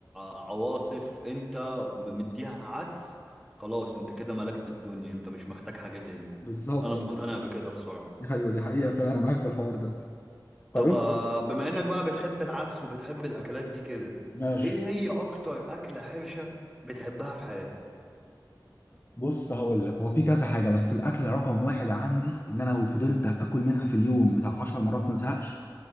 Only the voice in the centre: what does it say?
عواصف انت م- مديها عدس خلاص انت كده ملكت الدنيا انت مش محتاج حاجة تاني
انا مقتنع بكده بصراحة
طب
آه،
بما انك بقى بتحب العدس وبتحب الاكلات دي كده
ايه هي اكتر اكلة حرشة بتحبها في حياتك